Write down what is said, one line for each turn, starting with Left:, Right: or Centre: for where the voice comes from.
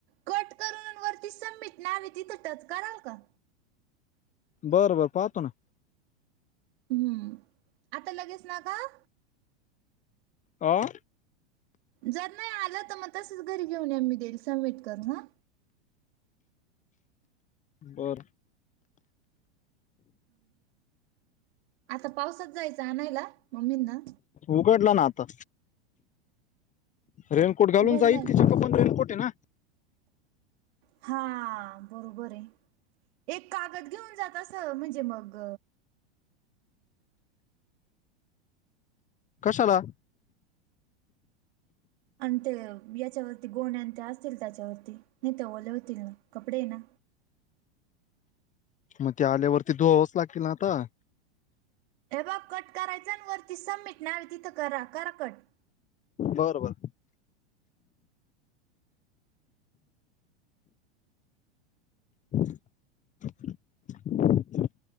Right: कट करून वरती सबमिट नाव तिथं टच कराल का.
Left: बरं बरं पाहतो ना.
Right: हम्म आता लगेच नका हा.
Left: अ?
Right: जर नाही आलं तर मग तसच घरी घेऊन ये मी देईल सबमिट करून ह?
Left: बरं
Right: आता पावसात जायचं आणायला मम्मींना?
Left: उघडलं ना, आता रेनकोट घालून
Right: उघडलाय
Left: जाईल की ज
Right: का?
Left: पण रेनकोट आहे ना.
Right: हा बरोबर आहे, एक कागद घेऊन जात अस म्हणजे मग.
Left: कशाला?
Right: अ ते याच्यावरती गोणे अंत असतील त्याच्यावरती नाही ते ओले होतील ना कपडे ना
Left: मग ते आल्यावरती धुवावाच लागतील ना आता?
Right: ए बघ कट करायचा वरती सबमिट नाव तिथं करा. करा कट.
Left: बरं बरं. ् <inaudible>